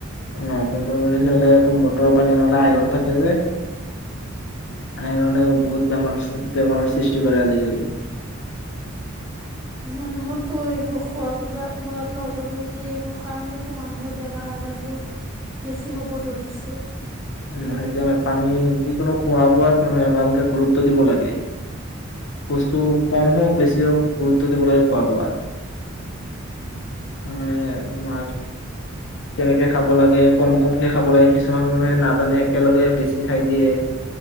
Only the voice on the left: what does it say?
নলে একো মটৰৰ পানী নহ'লে আইৰণ থাকে যে সেয়ে আইৰণে
বহুত বেমাৰ বেমাৰৰ সৃষ্টি সৃষ্টিকৰে আজিকালি
উম সেইকাৰণে পানী যিকোনো খোৱা বোৱাত মানুহে ভালকে গুৰুত্ব দিব লাগে পুষ্ট ত' কম হওক বেছি হওক গুৰুত্ব দিব লাগে খোৱা বোৱাত মানুহে তোমাৰ কেনেকে খাব লাগে কম কমকে খাব লাগে কিছুমান মানুহে নাজানে একেলগে বেছি খাই দিয়ে